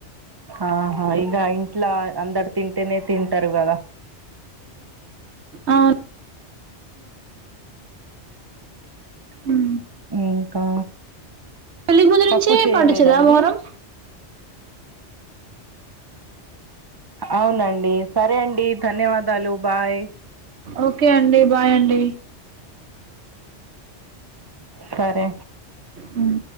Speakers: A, on the right (about 30°); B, on the right (about 70°).
A: ఆహా ఇగ ఇంట్ల అందడు తింటేనే తింటారు కదా
B: అవున్ ఊమ్
A: ఇంకా
B: పెళ్ళికి ముందు
A: పప్పు
B: నుంచి
A: చేయలేదండి
B: పాటించేదా మొహరం?
A: అవునండి సరే అండి ధన్యవాదాలు బాయ్
B: ఓకే అండి బాయ్ అండి
A: సరే
B: హ్మ్.